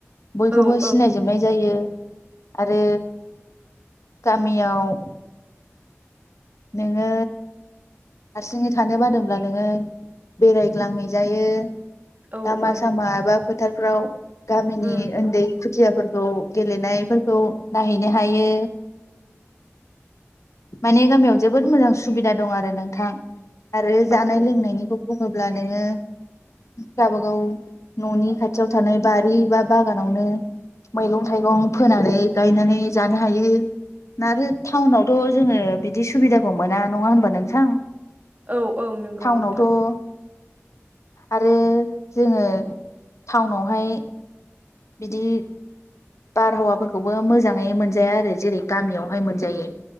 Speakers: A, on the left; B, on the right.
A: बयखौबो
B: औ
A: सिनायजोबनाय जायो। आरो। गामिआव । नोङो हारसिङै थानो बादोंब्ला नोङो बेरायग्लांहैजायो।
B: औ
A: लामा
B: औ
A: सामा एबा फो फोथारफ्राव गामिनि
B: उम
A: उन्दै खुदिया फोरखौ गेलेनायफोरखौ नायहैनो हायो। माने गामियाव जोबोद मोजां सुबिदा दं आरो नोंथां। आरो जानाय
B: औ
A: लोंनायनिखौ बुङोब्ला नोङो गावबा गाव न'नि खाथियाव थानाय बारि बा बागानावनो मैगं थाइगं फोनानै गायनानै जानो हायो आरो टाउनावथ' जोङो बिदि सु सुबिदाखौ मोना नङा होनबा नोंथां।
B: औ औ नंगौ
A: टाउनावथ'
B: नोंथां।
A: आरो जोङो टाउनावहाय बिदि बारहावाफोरखौबो मोजाङै मोनजाया आरो जेरै गामियावहाय मोनजायो।